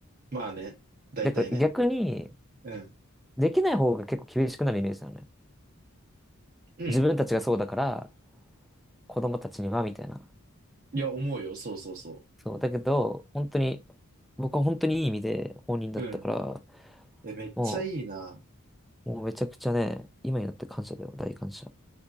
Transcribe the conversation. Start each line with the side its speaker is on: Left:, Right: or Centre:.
Right: まあね。大体ね。
Centre: だから逆に、
Right: うん。
Centre: できない方が結構厳しくなるイメージなのね。
Right: うん。
Centre: 自分たちがそうだから、子供たちには、みたいな。
Right: いや、思うよ。そうそうそ
Centre: そう。だけど、本当に、僕は本当にいい意味で放任だったから、
Right: う。うん。え、めっちゃいいな。
Centre: もう、もうめちゃくちゃね、今になって感謝だよ、大感謝。